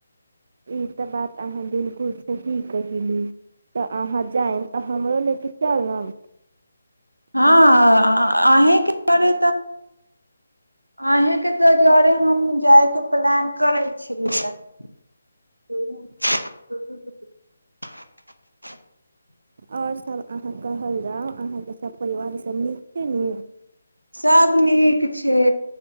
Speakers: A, on the right (about 45°); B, on the right (about 80°).
A: ई तऽ बात अहाँ बिलकुल सही कहली तऽ अहाँ जायब तऽ हमरो लेके चलब
B: हँ अहें आहें के दुआरे आहें के तऽ दुआरे हम जायके प्लान करै छलियै ह <unintelligible>
A: आओर सब अहाँ कहल जाउ अहाँके सभपिवार सभ नीक छै नु
B: सभ नीक छै